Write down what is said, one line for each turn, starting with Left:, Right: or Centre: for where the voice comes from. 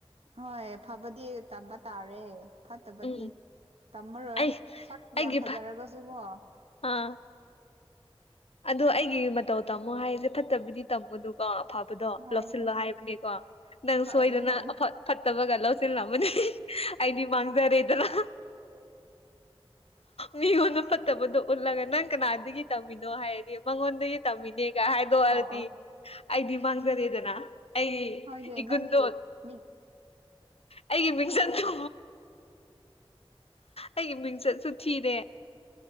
Right: ꯍꯣꯏ ꯐꯕꯗꯤ ꯇꯝꯕ ꯇꯥꯔꯦ ꯐꯠꯇꯕꯗꯤ
Left: ꯎꯝ
Right: ꯇꯝꯃꯔꯣꯏ
Left: ꯑꯩ
Right: ꯁꯛꯄ
Left: ꯑꯩꯒꯤ
Right: ꯌꯥꯝ ꯐꯖꯔꯒꯁꯨ ꯀꯣ
Left: ꯑꯥ ꯑꯗꯣ ꯑꯩꯒꯤ ꯃꯇꯧ ꯇꯥꯃꯣ ꯍꯥꯏꯁꯦ ꯐꯠꯇꯕꯗꯤ ꯇꯝꯃꯨꯅꯨꯀꯣꯕ ꯗꯣ
Right: ꯍꯣꯏꯅꯦ
Left: ꯂꯧꯁꯤꯜꯂꯣ ꯍꯥꯏꯕꯅꯦꯀꯣ ꯅꯪ
Right: ꯍꯣꯏꯅꯦ
Left: ꯁꯣꯏꯗꯅ
Right: ꯍꯣꯏꯅꯦ
Left: ꯑꯐ ꯐꯠꯇꯕꯒ ꯂꯧꯁꯤꯜꯂꯝꯃꯅꯦ ꯑꯗꯤ ꯃꯥꯡꯖꯔꯦꯗꯅ ꯃꯤꯉꯣꯟꯗ ꯐꯠꯇꯕꯗꯣ ꯎꯠꯂꯒ ꯅꯪ ꯀꯅꯥꯗꯒꯤ ꯇꯝꯃꯤꯅꯣ ꯍꯥꯏꯔꯗꯤ ꯃꯉꯣꯟꯗꯒꯤ ꯇꯝꯃꯤꯅꯣ ꯒ ꯍꯥꯏꯗꯣꯛꯑꯔꯗꯤ
Right: ꯑꯣ ꯑꯣ
Left: ꯑꯩꯗꯤ ꯃꯥꯡꯖꯔꯦꯗꯅ ꯑꯩ
Right: ꯍꯣꯏꯅꯦ
Left: ꯏꯀꯨꯟꯗꯣ
Right: ꯅꯪꯒꯤ ꯃꯤ
Left: ꯑꯩꯒꯤ ꯃꯤꯡꯁꯟ
Right: ꯍꯣꯏꯅꯦ
Left: ꯊ ꯑꯩꯒꯤ ꯃꯤꯡꯆꯠꯁꯨꯊꯤꯅꯦ